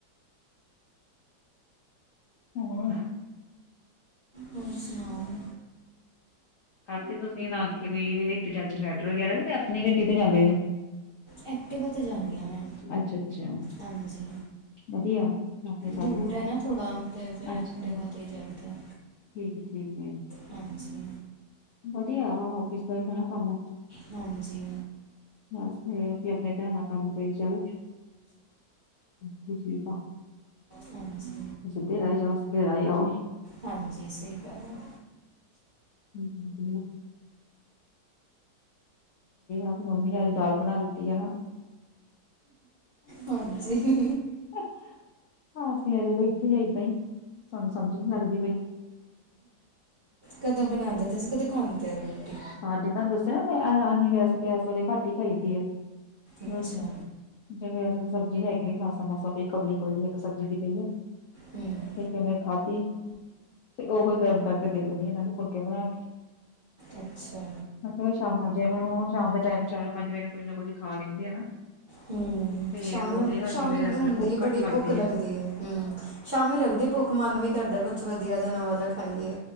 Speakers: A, on the left; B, on the right.
A: ਹੋਰ?
B: ਹੋਰ ਸੁਣਾਓ?
A: ਹਾਂ ਫੇਰ ਤੁਸੀਂ ਨਾਨਕੇ ਬਈ ਕਿਦੇ ਤੇ ਜਾਂਦੇ, ਮੈਟਰੋ ਵਗੈਰਾ ਤੇ ਆਪਣੀ ਗੱਡੀ ਤੇ ਜਾਂਦੇ ਜੇ?
B: ਐਕਟੀਵਾ 'ਤੇ ਜਾਂਨੀ ਆ ਮੈਂ।
A: ਅੱਛਾ, ਅੱਛਾ।
B: ਹਾਂਜੀ।
A: ਬਦੀਆ <unintelligible> ਸਾਦਨ
B: ਦੂਰ
A: ਤੇ
B: ਹੈ ਨਾ ਥੋੜ੍ਹਾ ਤੇ ਫਿਰ
A: ਅੱਛਾ,
B: ਐਕਟਿਵਾ 'ਤੇ ਹੀ ਜਾਈਦਾ
A: ਠੀ ਠੀਕ ਏ, ਠੀਕ ਏ
B: ਹਾਂਜੀ
A: ਵਦੀਆ ਓਫੀਸ ਦਾ ਵੀ ਹਨਾ ਕੰਮ।
B: ਹਾਂਜੀ।
A: ਬਸ ਫੇਰ ਆਪਨੀ, ਆਪਨੀ ਭੈਨਾ ਕੰਮ ਕਰੀ ਜਾਨ। ਠੀਕ ਆ,
B: ਹਾਂਜੀ
A: ਸਿੱਦੇ ਰਾਹ ਈ ਜਾਓ, ਸੀਦੇ ਰਾਹ ਈ ਆਓ।
B: ਹਾਂਜੀ, ਸਈ ਗਾੱਲ ਆ।
A: ਹੂੰ, ਹੂੰ। ਆਪ ਮੰਮੀ ਨੇ ਆਜ ਦਾਲ ਬਣਾ ਕੇ ਦਿੱਤੀ ਆਨਾ।
B: ਹਾਂਜੀ।
A: ਹਾਂ ਅਸੀਂ ਐਵੇ ਬੈਠੇ ਆਂ ਏਦਾਈ, ਸਾਨੂੰ ਸਮਜ ਨੀ ਲੱਗਦੀ ਪਈ।
B: ਕਦੋਂ ਬਨਾਂਦੇ ਤੁਸੀ ਕਦੋਂ ਖਾਂਦੇ ਓ ਰੋਟੀ?
A: ਸਾਡੇ ਤੁਹਾਨੂੰ ਦੱਸੇਆ ਨਾ ਮੈਂ ਆ ਐਨੀ ਅਸੀਂ ਵੈਸੇ ਤਾਂ ਐਸ ਵੇਲੇ ਘੱਟ ਈ ਖਾਈਦੀ ਏ,
B: ਅੱਛਾ
A: ਰੋਟੀ। ਜਿਵੇਂ ਏਸ ਵੇਲੇ ਸਬਜੀ ਹੈਗੀ, ਮਾਸਾ-ਮਾਸਾ ਪਈ ਕੋਲੀ ਕੋਈ ਇੱਕ ਸਬਜੀ ਦੀ ਪਈ ਆ
B: ਹਮ
A: ਫੇਰ ਕੀਨੇ ਖਾਤੀ ਤੇ ਓਹ ਗਰਮ ਕਰਕੇ ਦੇ ਦੇਨੀ ਆ ਏਨਾਂ ਨੂ ਫੂਲਕੇ ਬਣਾ ਕੇ।
B: ਅੱਛਾ।
A: ਮੈਂ ਕੇਹਾ ਸ਼ਾਮਾਂ ਜੇਆ ਨੂੰ ਸ਼ਾਮ ਦੇ ਟੈਮ ਚਾਰ, ਪੰਜ ਵਜੇ ਨਾਲ ਕੁੱਝ ਨਾ ਕੁੱਝ ਖਾ ਲੈਂਦੇ ਆ ਨਾ
B: ਹੂੰ,
A: ਤੇ
B: ਸ਼ਾਮੀ
A: ਉਹਦੇ ਕਰਕੇ
B: ਸ਼ਾਮੀ
A: ਫੇਰ ਇਸ
B: ਹੁੰਦੇ
A: ਵੇਲੇ ਭੁੱਖ
B: ਹੀ
A: ਘੱਟ
B: ਬੜੀ ਭੁੱਖ ਲੱਗਦੀ
A: ਆ
B: ਹੂੰ, ਸ਼ਾਮੀ ਲੱਗਦੀ ਭੁੱਖ ਮਨ ਵੀ ਕਰਦਾ ਕੁਛ ਵਦੀਆ ਜਾ ਨਵਾਂ ਜਾ ਖਾਈਏ।